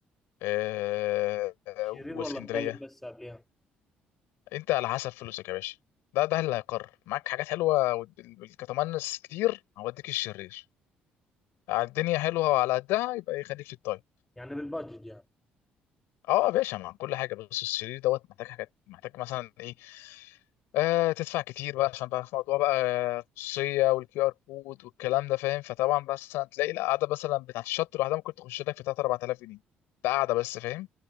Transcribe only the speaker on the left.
آه، آه،
واسكندريه
انت على حسب فلوسك يا باشا ده ده اللي هيقرر معاك حاجات حلوه والكتمنس كتير هوديك الشرير على الدنيا حلوه وعلى قدها يبقى يخليك في الطيب
اه يا باشا مع كل حاجه بس الشرير دوت محتاج حاجات محتاج مثلا ايه آه تدفع كتير بقى عشان بقى في موضوع بقى الخصوصيه والكيو ار كود والكلام ده فاهم فطبعا بس هتلاقي القعده مثلا بتاعت الشط لوحدها ممكن تخش لك في 3 4000 جنيه ده قاعده بس فاهم